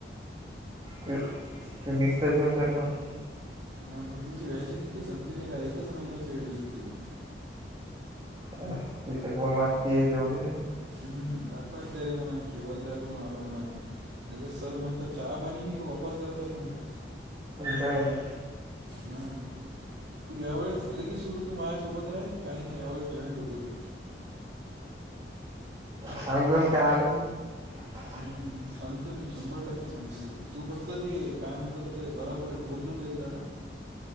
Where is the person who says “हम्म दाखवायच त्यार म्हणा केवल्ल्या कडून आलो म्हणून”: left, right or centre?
Right